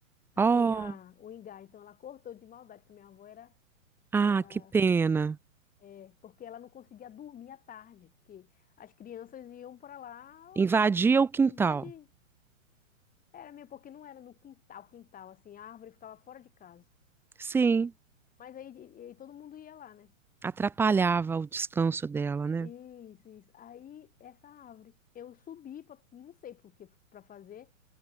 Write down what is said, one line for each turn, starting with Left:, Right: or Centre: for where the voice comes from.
Left: apanhar
Centre: Oh,
Left: o ingá. Então ela cortou de maldade, que a minha avó era
Centre: ah,
Left: era
Centre: que pena.
Left: assim, é, porque ela não conseguia dormir à tarde, que as crianças iam para lá
Centre: Invadia
Left: u-
Centre: o quintal.
Left: invadir. Era mesmo, porque não era no quintal, quintal, assim, a árvore ficava fora de casa.
Centre: Sim.
Left: Mas aí, de- e todo mundo ia lá, né?
Centre: atrapalhava o descanso dela, né?
Left: Isso, isso. Aí, essa árvore, eu subi, pra, não sei por que, para fazer.